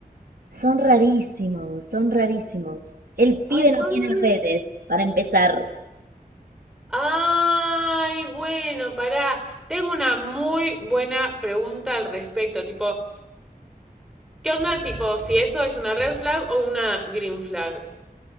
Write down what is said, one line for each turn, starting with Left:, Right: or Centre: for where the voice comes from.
Right: Son rarísimos, son rarísimos. El pibe
Centre: Ay, son
Right: no tiene
Centre: muy...
Right: redes, para empezar.
Centre: Ay, bueno, pará. Tengo una muy buena pregunta al respecto, tipo, ¿qué onda, tipo, si eso es una red flag o una green flag?